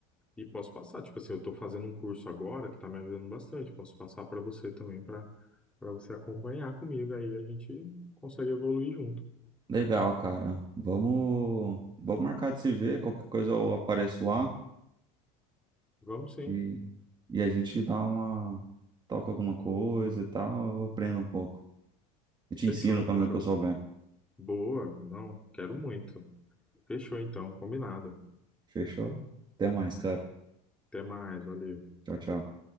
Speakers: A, in the centre; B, on the right.
A: e posso passar. Tipo assim, eu estou fazendo um curso agora que está me ajudando bastante. Posso passar para você também, para para você acompanhar comigo. Aí a gente consegue evoluir junto.
B: Legal, cara. Vamos, vamos marcar de se ver. Qualquer coisa eu apareço lá
A: Vamos sim.
B: e, e a gente dá uma, toca alguma coisa e tal. Eu aprendo um pouco. E te
A: Fechou,
B: ensino também
A: fechou.
B: o que eu souber.
A: Boa. Não, quero muito. Fechou então, combinado.
B: Fechou? Até mais, cara.
A: Até mais, valeu.
B: Tchau, tchau.